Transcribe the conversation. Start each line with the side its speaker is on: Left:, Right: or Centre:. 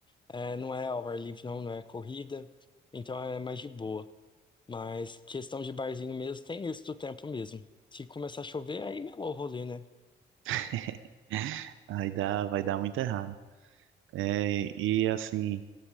Left: É, não é ao ar livre, não, não é corrida. Então é mais de boa. Mas questão de barzinho mesmo, tem isso do tempo mesmo. Se começar a chover, aí melou o rolê, né?
Right: <laughs> aí dá, vai dar muito errado. É, e assim,